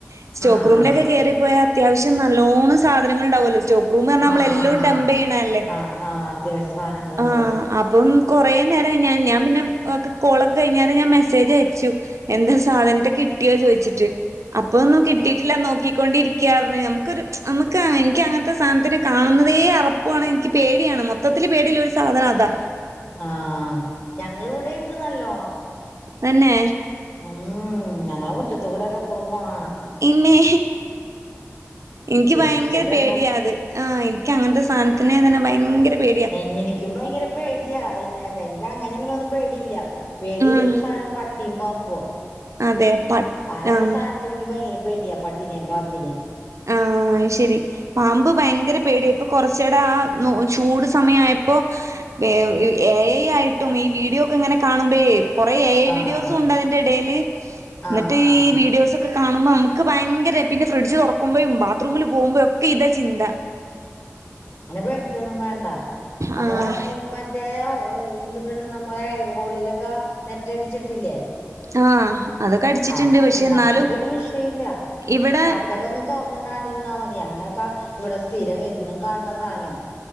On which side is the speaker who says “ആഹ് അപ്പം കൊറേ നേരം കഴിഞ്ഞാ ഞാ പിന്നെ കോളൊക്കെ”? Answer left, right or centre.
Right